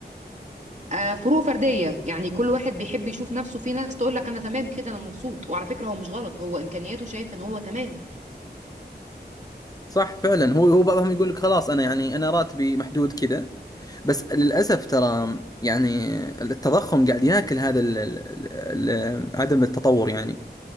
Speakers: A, on the right; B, on the left.
A: آه فروق فرديه يعني كل واحد بيحب يشوف نفسه في ناس تقول لك انا تمام كده انا مبسوط وعلى فكره هو مش غلط هو امكانياته شايف ان هو تمام
B: صح فعلا هو هو بعضهم يقول لك خلاص انا يعني انا راتبي محدود كذا بس للاسف ترى يعني التضخم قاعد ياكل هذا ال ال ال عدم التطور يعني